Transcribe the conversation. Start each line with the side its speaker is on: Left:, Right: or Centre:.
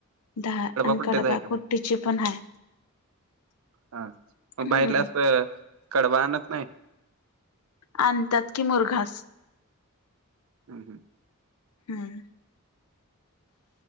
Left: धाआ आणि
Right: कुट्टेच
Left: कडबा
Right: आहे का
Left: कुट्टीची
Right: नाही
Left: पण हाय.
Right: हा मग
Left: हम्म
Right: बाईलाच कडबा आणत नाही?
Left: आणत्यात की मुरघास.
Right: हम्म हम्म
Left: हम्म